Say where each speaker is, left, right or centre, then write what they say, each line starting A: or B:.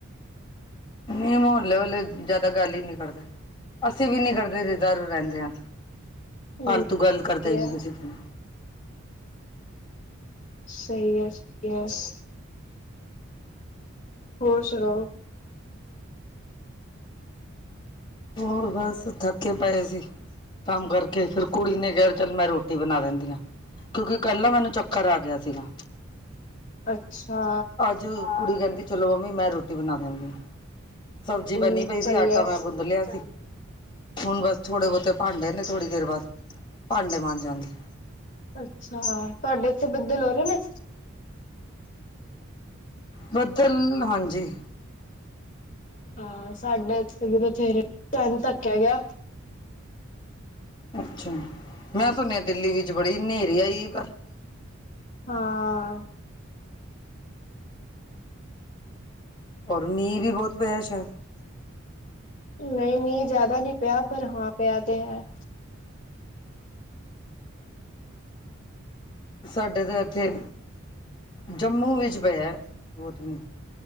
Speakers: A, on the left (about 25°); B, on the left (about 40°).
A: ਨਹੀਂ ਮਹੱਲੇ ਵਾਲੇ ਜਿਆਦਾ ਗਾਲੀ ਨਹੀਂ ਕੱਢਦਾ ਅਸੀਂ ਵੀ ਨੀ ਕਰਦੇ ਜਧਰ ਰਹਿੰਦੇ ਹਾਂ
B: ਹਮ
A: ਫਾਲਤੂ ਗੱਲ ਕਰਦੇ
B: ਸਹੀ
A: ਹੀ
B: ਹੈ
A: ਨੀ ਕਿਸੇ ਦੀਨ
B: ਸਹੀ ਐ ਯਸ ਹੋਰ ਸੁਣਾਓ
A: ਹੋਰ ਬਸ ਥੱਕੇ ਪਏ ਸੀ ਕੰਮ ਕਰ ਕੇ ਫਿਰ ਕੁੜੀ ਨੇ ਕਿਹਾ ਚੱਲ ਮੈਂ ਰੋਟੀ ਬਣਾ ਦਿੰਦੀ ਹਾਂ ਕਿਉਂਕਿ ਕੱਲ ਮੈਨੂੰ ਚੱਕਰ ਆ ਗਿਆ ਸੀਗਾ
B: ਅੱਛਾ
A: ਜੋ ਕੁੜੀ ਕਹਿੰਦੀ ਚਲੋ ਮੰਮੀ ਮੈਂ ਰੋਟੀ ਬਣਾ ਦਿੰਨੀ ਹਾਂ ਸਬਜ਼ੀ
B: ਹੂੰ
A: ਬਨੀ ਪਈ
B: ਸਹੀ
A: ਸੀ ਆਟਾ
B: ਹੈ।
A: ਮੈਂ ਗੁੰਦ ਲਿਆ ਹੁਣ ਬਸ ਥੋੜੇ ਬਹੁਤੇ ਭਾਂਡੇ ਨੇ ਥੋੜ੍ਹੀ ਦੇਰ ਬਾਅਦ ਭਾਂਡੇ ਮਾਂਜਾਗੀ
B: ਅੱਛਾ ਤੁਹਾਡੇ ਇੱਥੇ ਬੱਦਲ ਹੋ ਰਹੇ ਨੇ
A: ਬੱਦਲ ਹਾਂਜੀ
B: ਹਾਂ ਸਾਡੇ ਇਥੇ ਵੀ ਬਥੇਰੇ ਟੈਨ ਤੱਕ ਆ ਗਿਆ
A: ਅੱਛਾ ਮੈਂ ਸੁਣਿਆ ਦਿੱਲੀ ਵਿੱਚ ਬੜੀ ਹਨੇਰੀ ਆਈ ਏ ਕੱਲ
B: ਹਾਂ
A: ਔਰ ਮੀਂਹ ਵੀ ਬਹੁਤ ਪਿਆ ਸ਼ਾਇਦ
B: ਨਹੀਂ ਮੀਹ ਜ਼ਿਆਦਾ ਨਹੀਂ ਪਿਆ ਪਰ ਹਾਂ ਪਿਆ ਤੇ ਹੈ
A: ਸਾਡੇ ਤਾਂ ਇੱਥੇ ਜੰਮੂ ਵਿੱਚ ਪਿਆ ਬਹੁਤ ਮੀਂਹ